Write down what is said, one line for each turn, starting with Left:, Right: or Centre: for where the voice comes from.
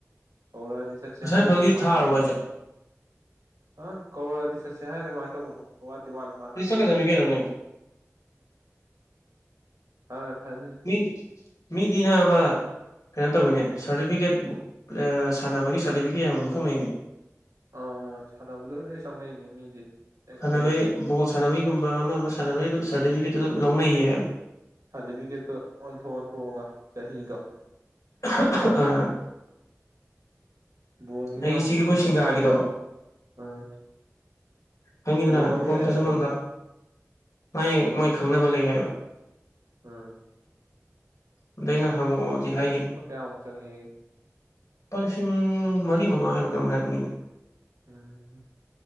Right: ꯀꯧꯔꯛꯑꯗꯤ ꯆꯠꯁ‌ꯦ
Left: ꯑꯁꯥꯏ
Right: ꯍꯥꯏꯔꯤꯕ꯭ꯔꯣ
Left: ꯐꯜꯒꯤ
Right: ꯀꯃꯥꯏ
Left: ꯊꯥꯔꯕꯣ
Right: ꯇꯧꯕꯅꯣ
Left: ꯍꯥꯏꯁꯦ
Right: ꯑꯪ ꯀꯧꯔꯛꯗꯤ ꯆꯠꯁꯦ ꯍꯥꯏꯔꯥ ꯀꯃꯥꯏꯅ ꯇꯧꯕꯅꯣ ꯋꯥꯠꯇꯤ ꯋꯥꯠꯂꯤ ꯃꯥꯜꯂ‌ꯦ
Left: <unintelligible> ꯀꯩꯅ‌ꯣꯅꯦ
Right: ꯁꯥꯝ ꯔꯥꯏꯐꯟ
Left: ꯃꯤ ꯃꯤꯗꯤ ꯅꯥꯕ ꯀꯩꯅꯣ ꯇꯧꯋꯤꯅꯦ ꯁꯥꯔꯇꯤꯐꯤꯀꯦꯠ ꯑꯥ ꯁꯥꯟꯅꯕꯒꯤ ꯁꯥꯔꯇꯤꯐꯤꯀꯦꯠ ꯌꯥꯝ ꯂꯧꯊꯣꯛꯅꯩꯅꯦ
Right: ꯑ ꯁꯥꯟꯅꯕꯗ ꯂ‌ꯣꯏ ꯆꯪꯅꯩꯅꯦ ꯃꯤꯗꯤ ꯑꯦ
Left: ꯁꯥꯟꯅꯕꯩ
Right: ꯀꯩ
Left: ꯕꯣꯜ ꯁꯥꯟꯅꯕꯩꯒꯨꯝꯕ ꯑꯃ ꯑꯃ ꯁꯥꯟꯅꯕꯒꯤ ꯑꯗꯨꯝ ꯁꯥꯔꯇꯤꯐꯤꯀꯦꯠꯇꯨ ꯑꯗꯨꯝ ꯂꯧꯅꯩꯌꯦ ꯍꯥꯏ
Right: ꯁꯥꯔꯇꯤꯐꯤꯀꯦꯠꯇꯣ ꯑꯣꯟꯊꯣꯛ ꯑꯣꯟꯊꯣꯛꯑꯒ ꯆꯍꯤꯗꯣ
Left: <unintelligible>
Right: ꯕꯣꯟꯒꯤꯁꯨ
Left: ꯑꯩ
Right: ꯌꯥꯝ
Left: ꯁꯤꯒꯤ
Right: ꯑꯣꯟꯅꯩ
Left: ꯈꯣꯏ ꯁꯤꯡꯒꯥꯒꯤꯗꯣ
Right: ꯎꯝ
Left: ꯈꯪꯉꯤꯗꯅ
Right: ꯑꯗꯨ ꯂꯧ
Left: ꯐꯣꯝ
Right: ꯌꯥꯏ
Left: ꯊꯥꯖꯤꯟꯕꯝꯗ‌ꯣ
Right: ꯍꯥꯏꯕ꯭ꯔꯣ
Left: ꯃꯥꯏ ꯃꯣꯏ ꯈꯪꯅꯕ ꯂꯩ ꯍꯥꯏꯕ
Right: ꯑꯥ
Left: ꯑꯗ ꯑꯩꯅ ꯍꯪꯉꯛꯑꯣꯗꯤ ꯍꯥꯏꯈꯤꯝ
Right: ꯂꯨꯄꯥ ꯀꯌꯥꯃꯨꯛ ꯆꯪꯉꯦꯒꯦ
Left: ꯂꯨꯄꯥ ꯂꯤꯁꯤꯡ ꯃꯔꯤ ꯃꯉꯥ ꯍꯥꯏꯕ꯭ꯔ ꯀꯩꯅ‌ꯦꯝ ꯍꯥꯏꯔꯛꯄꯅꯤꯅ‌
Right: ꯎꯝ